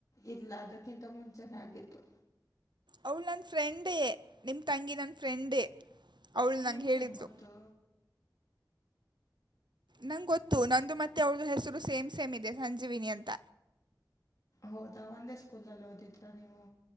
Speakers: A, on the left; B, on the right.
A: ಇಲ್ಲ ಅದಕ್ಕಿಂತ ಮುಂಚೆ ಚೆನ್ನಾಗಿತ್ತು
B: ಅವಳ ನನ್ ಫ್ರೆಂಡೇ ನಿಮ್ ತಂಗಿ ನನ್ ಫ್ರೆಂಡೇ ಅವಳು
A: ನಿಮ್ಗೆ
B: ನಂಗೆ ಹೇಳಿದ್ಲು
A: ಹೆಂಗ ಗೊತ್ತು
B: ನಂಗೆ ಗೊತ್ತು ನಂದು ಮತ್ತೆ ಅವಳ್ದ ಹೆಸರು ಸೇಮ್ ಸೇಮ್ ಇದೆ ಸಂಜೀವಿನಿ ಅಂತ
A: ಹೌದಾ ಒಂದೇ ಸ್ಕೂಲ್ಲ್ಲಿ ಓದಿದ್ರ ನೀವು